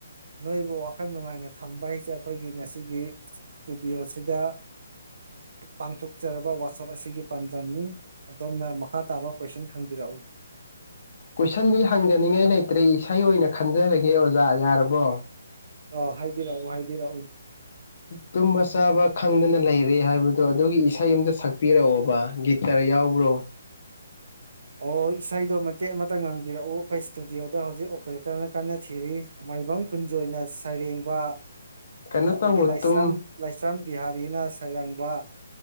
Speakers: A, on the right; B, on the left.
A: ꯅꯣꯏꯕꯨ ꯋꯥꯈꯜ ꯅꯨꯡꯉꯥꯏꯅ ꯊꯝꯕ ꯍꯥꯏꯁꯦ ꯑꯩꯈꯣꯏꯒꯤ ꯉꯁꯤꯒꯤ ꯏꯁꯇꯨꯗꯤꯑꯣꯁꯤꯗ ꯄꯥꯡꯊꯣꯛꯆꯔꯕ ꯋꯥꯁꯞ ꯑꯁꯤꯒꯤ ꯄꯥꯟꯗꯝꯅꯤ ꯑꯗꯣꯝꯅ ꯃꯈꯥ ꯇꯥꯕ ꯀꯣꯏꯁꯟ ꯍꯪꯕꯤꯔꯛꯎ
B: ꯀꯣꯏꯁꯟꯗꯤ ꯍꯪꯖꯅꯤꯡꯉꯥꯏ ꯂꯩꯇ꯭ꯔꯦ ꯏꯁꯩ ꯑꯣꯏꯅ ꯈꯟꯖꯔꯒꯦ ꯑꯣꯖꯥ ꯌꯥꯔꯕꯣ
A: ꯑ ꯍꯥꯏꯕꯤꯔꯛꯎ ꯍꯥꯏꯕꯤꯔꯛꯎ
B: ꯇꯨꯝꯕ ꯆꯥꯕ ꯈꯪꯗꯅ ꯂꯩꯔꯦ ꯍꯥꯏꯕꯗꯣ ꯑꯗꯨꯒꯤ ꯏꯁꯩ ꯑꯝꯇ ꯁꯛꯄꯤꯔꯛꯑꯣꯕ ꯒꯤ ꯀꯔ ꯌꯥꯎꯕ꯭ꯔꯣ
A: ꯑꯣ ꯏꯁꯩꯗꯣ ꯃꯇꯦꯛ ꯑꯃꯇ ꯉꯥꯡꯕꯤꯔꯛꯎ ꯑꯩꯈꯣꯏ ꯏꯁꯇꯨꯗꯤꯑꯣꯗ ꯍꯧꯖꯤꯛ ꯑꯣꯄꯔꯦꯇꯔꯅ ꯀꯟꯅ ꯊꯤꯔꯤ ꯃꯥꯏꯕꯝ ꯀꯨꯟꯖꯣꯏꯅ ꯁꯩꯔꯦꯡꯕ
B: ꯀꯩꯅꯣ
A: ꯑꯗꯒꯤ
B: ꯇꯧꯋꯣ
A: ꯂꯥꯏꯁ꯭ꯔꯥꯝ
B: ꯇꯨꯝ
A: ꯂꯥꯏꯁ꯭ꯔꯝ ꯕꯤꯍꯥꯔꯤꯅ ꯁꯩꯔꯪꯕ